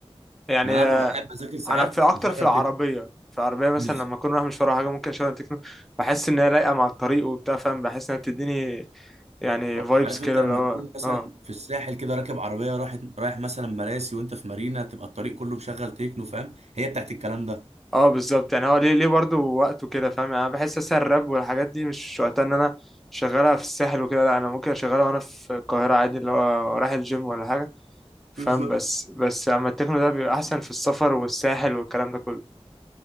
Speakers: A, in the centre; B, on the right.
A: يعني
B: لان انا ببقى قاعد بذاكر ساعات
A: انا في اكتر
B: مشغل
A: في العربيه في العربيه مثلا
B: تكنو
A: لما اكون رايح مش ورايا حاجه ممكن اشغل تكنو بحس ان هي رايقه مع الطريق وبتاع فاهم بحس انها بتديني يعني
B: أه،
A: فايبس
B: عارف
A: كده
B: انت لما
A: اللي هو
B: تكون مثلا
A: اه
B: في الساحل كده راكب عربيه رايح رايح مثلا مراسي وانت في مارينا تبقى الطريق كله مشغل تكنو فاهم هي بتاعت الكلام ده
A: اه بالظبط يعني هو ليه ليه برضه وقته كده فاهم يعني انا بحس اساسا الراب والحاجات دي مش وقتها ان انا شغالها في الساحل وكده لا انا ممكن اشغلها وانا في القاهره عادي اللي هو رايح الجيم ولا حاجه فاهم
B: بالظبط
A: بس بس اما التكنو ده بيبقى احسن في السفر والساحل والكلام ده كله